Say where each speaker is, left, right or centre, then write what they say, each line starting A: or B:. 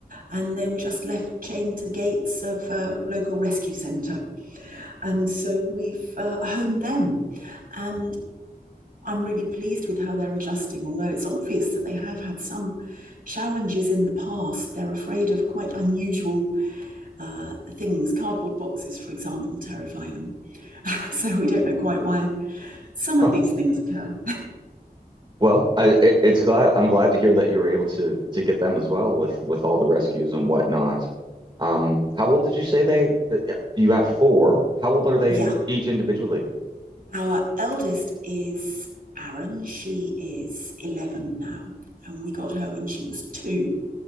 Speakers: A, on the right; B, on the right.
A: And they were just left chained to the gates of a local rescue centre. And so we've uh, homed them. And I'm really pleased with how they're adjusting, although it's obvious that they have had some challenges in the past. They're afraid of quite unusual uh, things. Cardboard boxes, for example, terrify them. <laughs> so we don't know quite why some of
B: Huh.
A: these things occur.
B: Well, I, it, it's glad I'm glad to hear that you were able to to get them as well with with all the rescues and whatnot. Um, how old did you say they? uh, uh, You have four. How old are they
A: Yeah,
B: each individually?
A: Our eldest is Aaron. She is 11 now, and we got her when she was two.